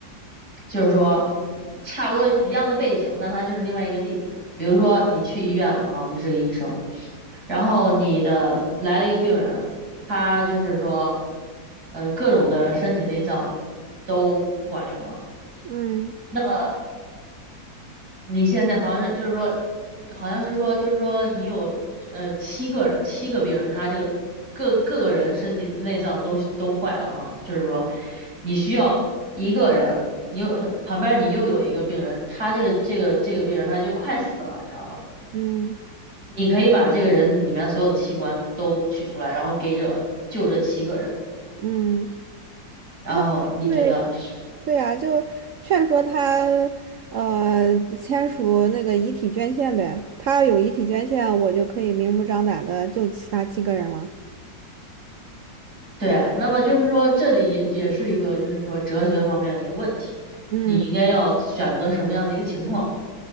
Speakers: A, on the right; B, on the right.
A: 就是说差不多一样的背景，那它就是另外一个例子。比如说你去医院了哈，你是个医生，然后你的来了一个病人，他就是说，呃，各种的身体内脏都不管用了。
B: 嗯
A: 那么你现在好像是就是说，好像是说就是说你有呃七个人，七个病人，他这个各各个人身体的内脏都都坏了哈，就是说你需要一个人，你又很旁边你又有一个病人，他这个这个这个病人他就快死了，你知道吧？
B: 嗯
A: 你可以把这个人里面所有的器官都取出来，然后给这就这七个人，
B: 嗯，
A: 然后你觉得。
B: 那对。对呀，就劝说他，呃，签署那个遗体捐献呗。他有遗体捐献，我就可以明目张胆的救其他七个人了。
A: 对，那么就是说，这里也也是一个，就是说哲学方面的一个问题，对不对你应该要选择什么样的一个情况。
B: 嗯